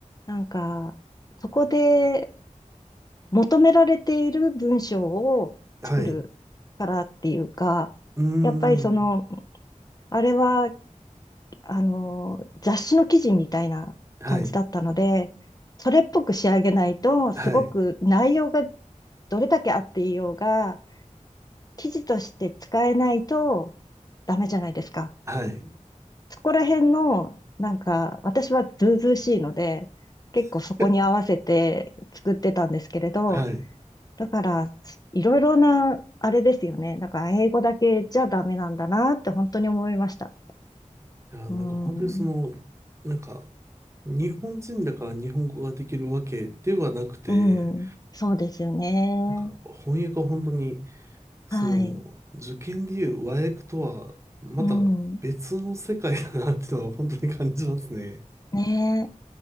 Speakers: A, on the left; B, on the right.
A: なんか、そこで求められている文章を作るからっていうか、
B: はい、うーん、
A: やっぱりその、あれは、あの、雑誌の記事みたいな感じだったので、
B: はい、
A: それっぽく仕上げないと、すごく内容が
B: はい、
A: どれだけあっていようが、記事として使えないとダメじゃないですか。
B: はい、
A: そこら辺の、なんか、私はずうずうしいので、結構そこに合わせて作ってたんですけれど、
B: <laughs> はい。い
A: だから、いろいろな、あれですよね。だから、英語だけじゃダメなんだなって本当に思いました。
B: や、
A: うん。
B: なんか本当にその、なんか、日本人だから日本語ができるわけではなくて、
A: うん。そうですよね。
B: なんか翻訳は本当に、その、
A: はい。
B: 受験でいう和訳とは、また別の世界だなっていうのは本当に感じますね。
A: うん。ねえ。